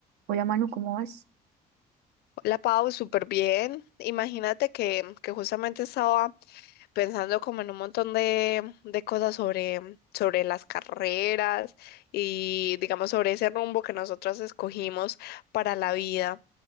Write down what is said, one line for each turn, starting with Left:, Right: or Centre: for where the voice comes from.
Right: Hola Manu, ¿cómo vas?
Left: La Pau, súper bien. Imagínate que, que justamente estaba pensando como en un montón de, de cosas sobre, sobre las carreras y digamos sobre ese rumbo que nosotros escogimos para la vida.